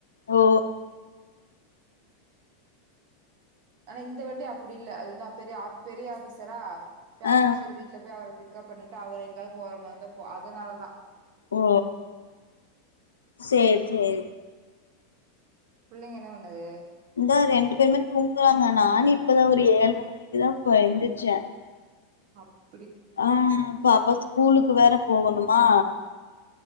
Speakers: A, on the left; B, on the right.
A: ஓ
B: ஆனா இந்த வண்டி அப்படி இல்ல அது வந்து பெரிய பெரிய ஆபீசரா. பெ
A: ஆ
B: ஆபிசர் வீட்ல போய் அவர போய் பிக்கப் பண்ணிட்டு அவர் எங்காவது போற மாதிரிந்தா அதனாலதா
A: ஓ சேரி சேரி.
B: பிள்ளைங்க என்ன பண்ணுது.
A: இந்தா ரெண்டு பேருமே தூங்குறாங்க நானு இப்பதா ஒரு ஏழ்ர மணிக்கு தா எந்திருச்ச
B: அப்
A: ம் பாப்பா ஸ் ஸ்கூலுக்கு வேற போகணுமா.